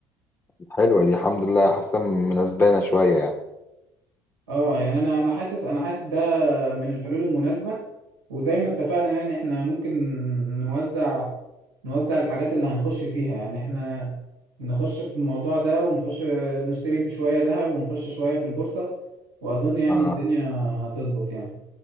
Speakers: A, on the left; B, on the right.
A: حلوة دي الحمد لله حاسة مناسبانا شوية يعني
B: اه يعني انا انا حاسس انا حاسس من الحلول المناسبة وزي ما اتفقنا يعني احنا ممكن نوزع نوزع الحاجات اللي هنخش فيها يعني احنا نخش في الموضوع ده ونخش نشتري بشوية ذهب ونخش شوية في البورصة وأظن يعني
A: اه
B: الدنيا هتظبط يعني